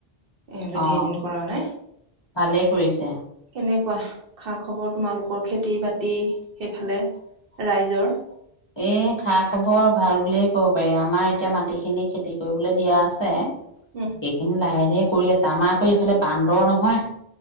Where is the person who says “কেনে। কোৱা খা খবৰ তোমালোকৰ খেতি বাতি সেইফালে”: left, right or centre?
Right